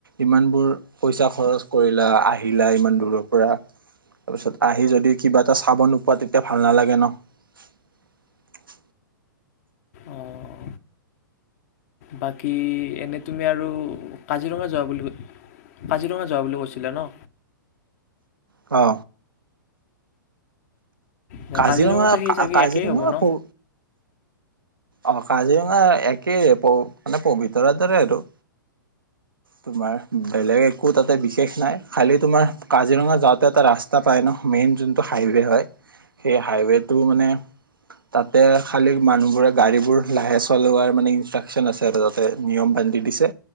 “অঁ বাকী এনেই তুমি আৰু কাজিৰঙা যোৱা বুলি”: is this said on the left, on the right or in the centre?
Left